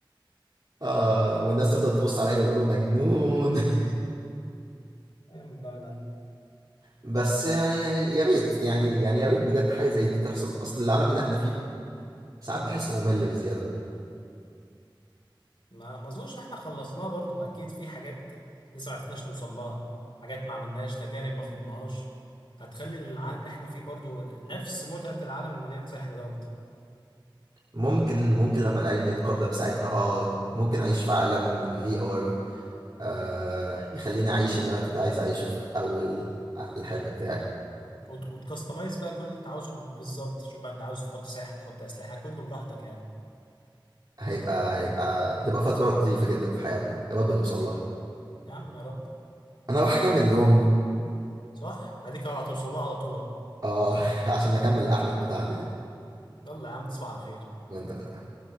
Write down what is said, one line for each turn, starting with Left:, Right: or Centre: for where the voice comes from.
Right: آه والناس تفضل تبص عليا ويقولوا مجنون <laughs>
Left: فاهم بقى ده
Right: بس يعني يا ريت يعني يعني يا ريت بجد حاجه زي دي تحصل اصل العالم اللي احنا فيه ساعات بحسه ممل بزياده
Left: ما ما اظنش ان احنا خلصناه برضو اكيد في حاجات لسه ما عرفناش نوصل لها حاجات ما عملناش تجارب ما خضناهاش هتخلي العالم اللي احنا فيه برضو نفس متعة العالم المليان سحر دوت
Right: ممكن ممكن لما العلم يتقدم ساعتها اه ممكن اعيش في عالم في ار آه يخليني اعيش اللي انا كنت عايز اعيشه في اول الحلم بتاعي
Left: وت- وتكستمايز بقى كل اللي انت عاوزه ب- بالظبط شوف بقى انت عاوز تحط ساحر تحط اسلحة كله براحتك يعني
Right: هيبقى هيبقى هتبقى فتره لطيفه جدا في حياتنا يا رب نوصل لها
Left: يا عم يا رب
Right: انا راح اكمل نوم
Left: صح اديك اهو هتوصل لها على طول اهو
Right: اه <laughs> عشان اكمل الاحلام بتاعتي دي
Left: يلا يا عم تصبح على خير
Right: وانت من أهلك.